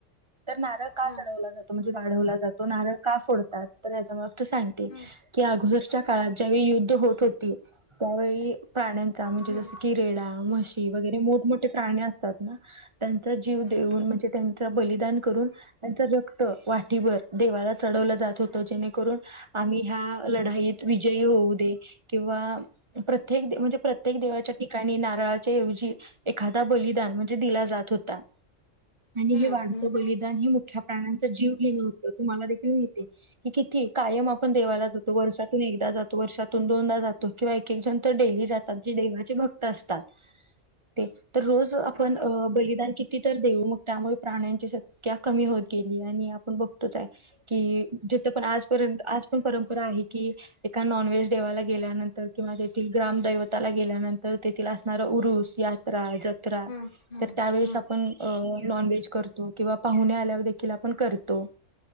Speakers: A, on the right; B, on the left.
A: तर नारळ का
B: हा
A: चढवला जातो म्हणजे वाढवला जातो नारळ का फोड''--'' तात पण याच्या मागचं सायंटि''--''
B: हम्म
A: की, अगोदरच्या काळात ज्यावेळी युद्ध होत होती त्यावेळी. प्राण्यांचा म्हणजे
B: हम्म
A: जस की, रेडा म्हशी वगैरे मोठमोठे प्राणी असतात ना. त्यांचा जीव
B: हम्म
A: देऊन म्हणजे त्यांच बलिदान करून त्यांच रक्त वाटठीभर. देवाला चढवलं जात होतं जेणेकरून आम्ही ह्या. लढाईत विजयी होऊ दे किंवा प्रत्य''--'' त्येक म्हणजे प्रत्येक देवाच्या ठिकाणी नारळाच्याऐवजी. एखादा बलिदान म्हणजे दिला जात होता आणि
B: हम्म हम्म हम्म
A: हे वाढतं
B: हम्म हम्म
A: बलिदान हे मुख्य प्राणा''--' चा जीव घेतो तुम्हाला देखील माहिती आहे की किती कायम आपण देवाला जातो वर्षातून एक जातो. वर्षातून दोनदा जातो किंवा एक एक जण तर डेली जातात जी देवाचे भक्त असतात. ते तर रोज आप''--'' पण अ बलिदान किती तर देऊ मग त्यामुळे प्राण्यांची संख्या कमी होत गेली. ते आणि आपण बघतोच हाय की जिथ पण आजपर्यंत आज पण परंपरा आहे. की, एका नॉनव्हेज देवाला गेल्यानंतर किंवा तेथील ग्रामदैवताला गेल्यानंतर तेथील असणार उरुस या. रा जत्रा
B: हम्म
A: तर त्यावेळेस
B: हम्म हम्म हम्म हम्म
A: आपण.
B: हम्म
A: अ नॉन व्हेज करतो किंवा पाहुणे आल्यावर देखील आपण करतो.